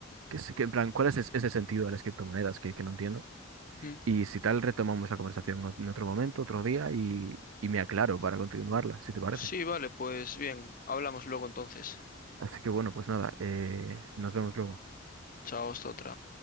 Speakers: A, on the right; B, on the left.
A: qué es- qué- en plan, cuál es es- ese sentido de las criptomonedas que, que no entiendo.
B: Mm.
A: Y si tal, retomamos la conversación o- en otro momento, otro día, y, y me aclaro para continuarla, si te parece.
B: Sí, vale, pues bien. Hablamos luego entonces.
A: Así que bueno, pues nada, eh, nos vemos luego.
B: Chao, hasta otra.